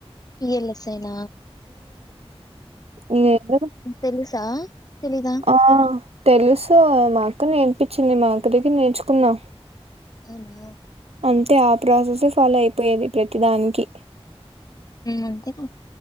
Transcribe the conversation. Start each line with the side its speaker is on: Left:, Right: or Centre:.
Left: పిలయిస్ ఎన
Right: ఉ నను
Left: తెలుసా? తెలీదా?
Right: ఆ తెలుసు మాకు నేను ఇప్పించింది మా అక్క దగ్గర నేర్చుకున్నా
Left: అవునా
Right: అంతే ఆ ప్రాసెసే ఫాలో అయిపోయేది ప్రతిదానికి
Left: అంతే